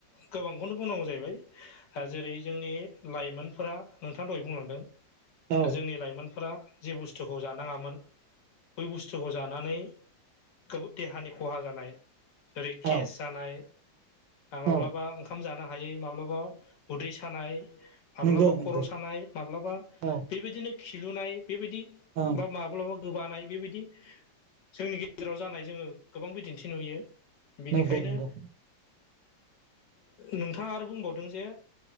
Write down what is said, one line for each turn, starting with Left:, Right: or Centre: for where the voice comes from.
Left: गोबांखौनो बुंनांगौ जाहैबाय जेरै जोंनि लाइमोनफोरा नोंथाङा दहाय बुंलांदों
Right: औ
Left: जोंनि लाइमोन फोरा जि बुस्थुखौ जानांगोन बै बुस्थु जानानै गो देहानि खहा जानाय जेरै गेस
Right: औ
Left: जानाय माब्लाबा
Right: औ
Left: ओंखाम जानो हायै माब्लाबा उदै सानाय <inaudible> माब्लाबा
Right: नंगौ
Left: खर'
Right: नंगौ
Left: सानाय माब्लाबा
Right: औ
Left: बेबायदिनो खिलुनाय बेबायदि
Right: औ
Left: बा माब्लाबा गोबानाय बेबायदि जोंनि गेजेराव जानाय जोङो गोबां बिदिन्थि नुयो <inaudible> बिनिखायनो
Right: नंगौ नंगौ
Left: नोंथाङा आरो बुंबावो। जे